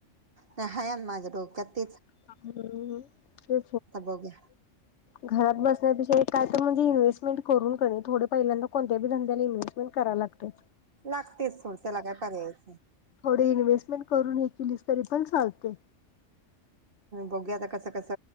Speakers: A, on the right; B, on the left.
A: नाही <unintelligible> माझं डोक्यात ते.
B: <unintelligible> <unintelligible> ते
A: बघूया
B: घरात बसन्या पेक्षा हे काय तर म्हणजे इन्स्टमेंट करून कनिय थोडे पहिल्यांदा कोणत्याबी धंद्याला इन्व्हेसमेंट कराय लागते.
A: लागतेच सोड तेला काय पर्याय नाही.
B: काही तरी इन्व्हेस्टमेंट करून हे केलीस तरी पण चालतय.
A: बघुया. आता कस कस